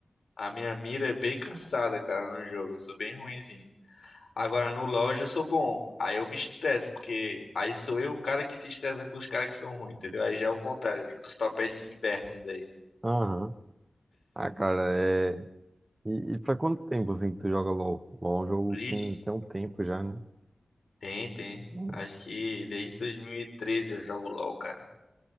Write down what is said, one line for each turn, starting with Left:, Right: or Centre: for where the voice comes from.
Left: A minha mira é bem cansada, cara, no jogo. Eu sou bem ruim. Agora no LoL eu já sou bom. Aí eu me estresso, porque aí sou eu o cara que se estressa com os caras que são ruins, entendeu? Aí já é o contrário, os papéis se invertem daí.
Right: Aham. Ah, cara, é. E, e faz quanto tempo assim que tu joga LOL? LOL é um jogo
Left: Isso.
Right: que tem, tem um tempo já, né?
Left: Tem, tem.
Right: Hum,
Left: Acho que desde 2013 eu jogo LoL, cara.